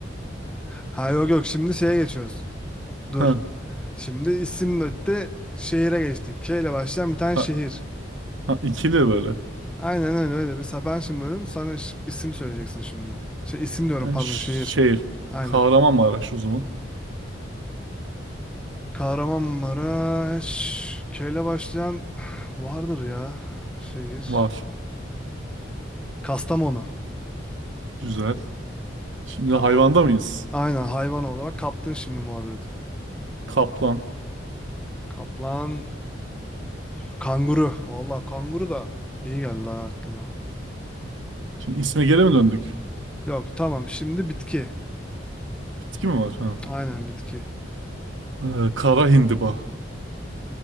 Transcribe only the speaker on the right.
Ha,
ha,
ha, ikili böyle.
Ben
ş-
şehir.
Kahramanmaraş o zaman.
Var.
Güzel. Şimdi
hayvanda mıyız?
Kaplan.
Şimdi isme geri mi döndük?
Bitki mi var? Ha.
Ee, kara hindiba.